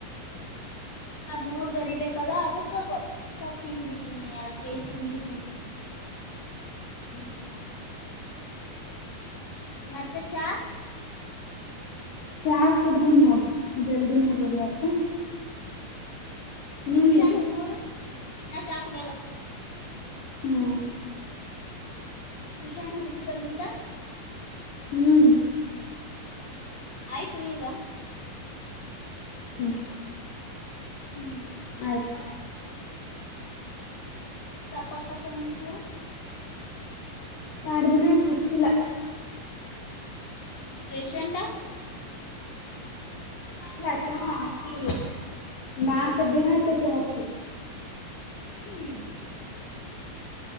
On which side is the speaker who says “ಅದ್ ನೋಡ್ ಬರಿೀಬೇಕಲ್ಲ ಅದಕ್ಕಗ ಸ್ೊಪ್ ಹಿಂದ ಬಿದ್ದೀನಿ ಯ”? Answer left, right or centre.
Left